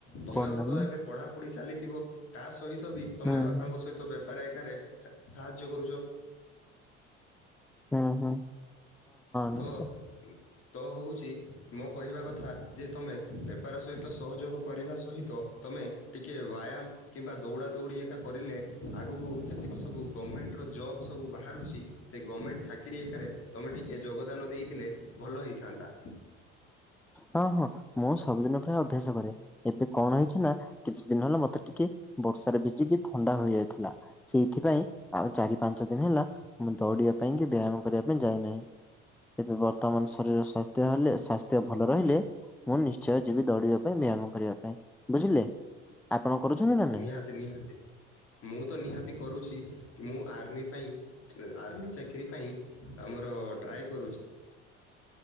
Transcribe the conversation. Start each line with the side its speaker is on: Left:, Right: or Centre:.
Left: ତମେର
Centre: କହୁନାହାନ୍ତି
Left: ତ ଏବେ ପଢ଼ାପଢ଼ି ଚାଲିଥିବ ତା ସହିତ ବି ତୋମେ
Centre: ହୁଁ
Left: ବାପାଙ୍କ
Centre: ହୁଁ
Left: ସହିତ ବେ ପାରେ ଏକାରେ ସାହାଯ୍ୟ କରୁଚ।
Centre: ହଁ, ହଁ। ନିଶ୍ଚୟ
Left: ତ ତ ହଉଚି ମୋ କହିବା କଥା ଯେ ତୋମେ ବେପାର ସହିତ ସହଯୋଗ କରିବା ସହିତ। ତୋମେ ଟିକେ ବାୟାମ କିମ୍ବା ଦୌଡ଼ା ଦୌଡ଼ି ଏକା କରିଲେ ଆଗକୁ ଯେତିକ ସବୁ ଗମେଣ୍ଟ ଜବ୍ ସବୁ ବାହାରୁଛି ସେ ଗମେଣ୍ଟ ଚାକିରି ଏକାରେ ତୋମେ ଟିକେ ଯୋଗଦାନ ଦେଇଥିଲେ ଭଲ ହେଇଥାନ୍ତା।
Centre: ହଁ, ହଁ ମୁଁ ସବୁଦିନ ପ୍ରାୟ ଅଭ୍ୟାସ କରେ। ଏବେ କଣ ହେଇଛି ନା କିଛି ଦିନ ହେଲା ମୋତେ ଟିକେ ବର୍ଷାରେ ଭିଜିକି ଥଣ୍ଡା ହୋଇଯାଇଥିଲା। ସେଇଥିପାଇଁ ଆଉ ଚାରି ପାଞ୍ଚ ଦିନ ହେଲା ମୁଁ ଦୌଡିବା ପାଇଁ କି ବ୍ୟାୟାମ କରିବା ପାଇଁ ଯାଇ ନାହିଁ। ଯଦି ବର୍ତ୍ତମାନ ଶରୀର ସ୍ୱାସ୍ଥ୍ୟ ହେଲେ ସ୍ବାସ ଥ୍ୟ ଦେହ ଭଲ ରହିଲେ ମୁଁ ନିଶ୍ଚୟ ଯିବି ଦୌଡିବା ପାଇଁ ବ୍ୟାୟାମ କରିବା ପାଇଁ ବୁଝିଲେ। ଆପଣ କରୁଛନ୍ତି
Left: ଠିକ୍
Centre: ନା ନାଇଁ?
Left: ନିହାତି ନିହାତି। ମୁଁ ତ ନିହାତି କରୁଛି, କି- ମୁଁ ଆର୍ମି ପାଇଁ ଏ ଆର୍ମି ଚାକିରି ପାଇଁ। ଆମର ଟ୍ରାଏ କରୁଛି।